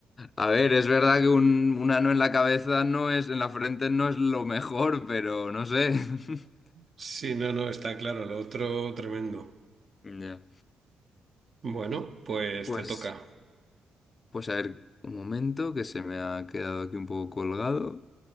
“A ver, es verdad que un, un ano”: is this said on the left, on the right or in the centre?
Left